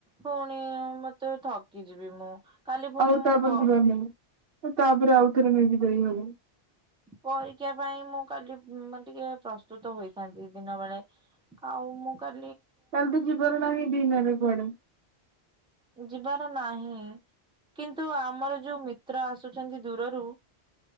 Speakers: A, in the centre; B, on the right.
A: ପୁଣି ଉଁ ସେତେବେଳେ ଥକି ଯିବି ମୁଁ। କାଲି ପୁଣି
B: ଆଉ
A: ମୁଁ
B: ତାପରେ
A: ପ
B: ଯିବା ନାହିଁ ତାପରେ ଆଉ ଥରେ <unintelligible> ହବ।
A: ପରୀକ୍ଷା ପାଇଁ ମୁଁ କାଲି ମାନେ ଟିକେ ପ୍ରସ୍ତୁତ ହୋଇଥାନ୍ତି ଦିନ ବେଳେ ଆଉ। ଆଉ ମୁଁ କା
B: ତାହଲେ ତୁ ଯିବାର ନା‌ହିଁ ଦିନରେ କୁଆଡେ।
A: ଯିବାର ନାହିଁ କିନ୍ତୁ ଆମର ଯୋଉ ମିତ୍ର ଆସ ଆସୁଛନ୍ତି ଦୂରରୁ